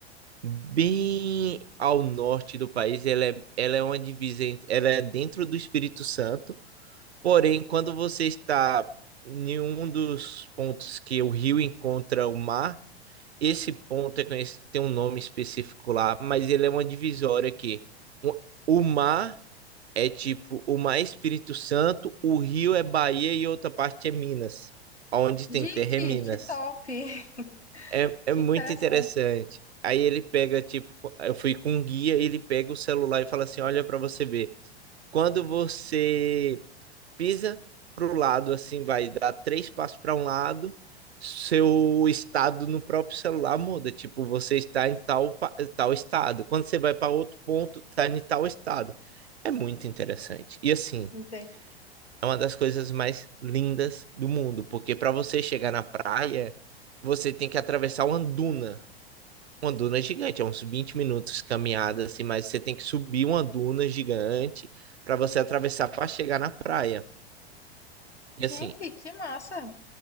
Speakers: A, on the right (about 75°); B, on the left (about 85°).
A: bem ao norte do país. Ela é, ela é uma divisa, en- ela é dentro do Espírito Santo. Porém, quando você está em um dos pontos que o rio encontra o mar, Esse ponto é conhecido, tem um nome específico lá, mas ele é uma divisória que o o mar é tipo, o mar é Espírito Santo, o rio é Bahia e outra parte é Minas. Onde tem
B: Gente,
A: terra é Minas.
B: que top! <laughs>
A: É,
B: Que
A: é muito
B: interessante.
A: interessante. Aí ele pega, tipo, eu fui com um guia, ele pega o celular e fala assim: olha para você ver. Quando você pisa para o lado, assim, vai dar três passos para um lado, seu estado no próprio celular muda. Tipo, você está em tal, pa- tal estado. Quando você vai para outro ponto, está em tal estado. É muito interessante. E assim,
B: Entendi.
A: é uma das coisas mais lindas do mundo, porque para você chegar na praia, você tem que atravessar uma duna. Uma duna gigante, é uns 20 minutos caminhada, assim, mas você tem que subir uma duna gigante para você atravessar para chegar na praia. E assim,
B: Gente, que massa!